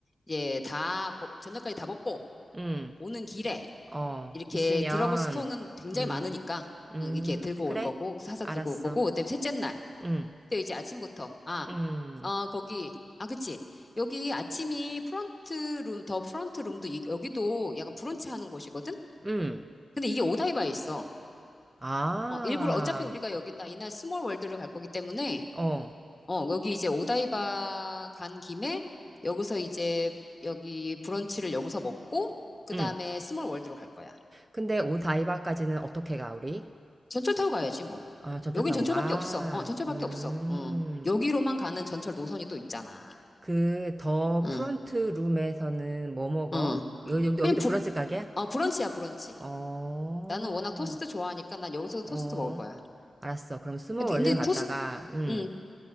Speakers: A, on the left; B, on the right.
A: 이제 다, 벗- 저녁까지 다 먹고,
B: 응,
A: 오는 길에
B: 어,
A: 이렇게
B: 있으면,
A: 드라고 스토은는 굉장히
B: 음,
A: 많으니까,
B: 음,
A: 응, 이렇게 들고
B: 그래.
A: 올 거고, 사서
B: 알았어.
A: 들고 올 거고, 그다음에 셋째 날.
B: 응,
A: 그때 이제 아침부터. 아,
B: 응,
A: 어, 거기. 아, 그치. 여기 아침이 프런트 룸, 더 프런트 룸도 이- 여기도 약간 브런치 하는 곳이거든?
B: 응.
A: 근데 이게 오다이바에 있어.
B: 아,
A: 어, 일부러 어차피 우리가 여기나 이날 스몰 월드를 갈 거기 때문에
B: 어,
A: 어, 여기 이제 오다이바 간 김에 여기서 이제 여기 브런치를 여기서 먹고 그다음에
B: 응.
A: 스몰 월드로 갈 거야.
B: 근데 오다이바까지는 어떻게 가, 우리?
A: 전철 타고 가야지 뭐.
B: 아, 전철
A: 여긴
B: 타고
A: 전철밖에
B: 가.
A: 없어. 어, 전철밖에
B: 음.
A: 없어. 어. 여기로만 가는 전철 노선이 또 있잖아.
B: 그 더
A: 응,
B: 프론트 룸에서는 뭐 먹어?
A: 응.
B: 여기, 여기-
A: 그냥
B: 여기도
A: 부-
B: 브런치 가게야?
A: 어, 브런치야, 브런치.
B: 어.
A: 나는 워낙 토스트 좋아하니까 난 여기서도
B: 어.
A: 토스트 먹을 거야.
B: 알았어. 그럼 스몰
A: 근데,
B: 월드
A: 근데
B: 갔다가
A: 토스트,
B: 음.
A: 음,